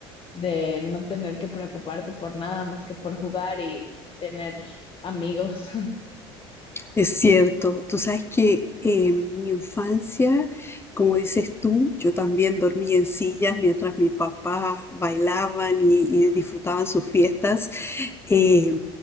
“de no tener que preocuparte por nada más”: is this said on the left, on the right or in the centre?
Left